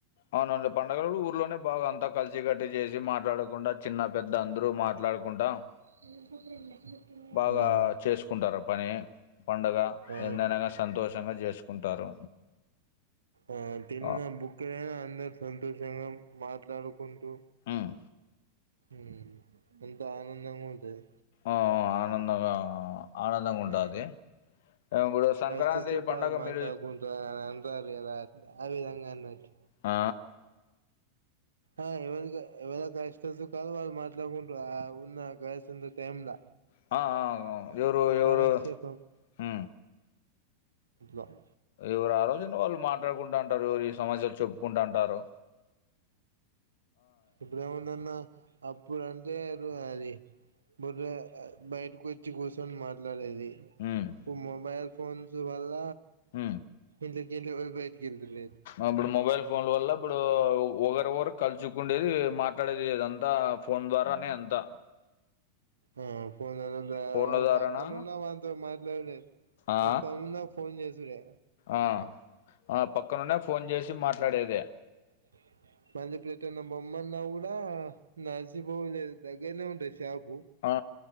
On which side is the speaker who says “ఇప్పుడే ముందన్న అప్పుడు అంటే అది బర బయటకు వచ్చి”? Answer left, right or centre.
Right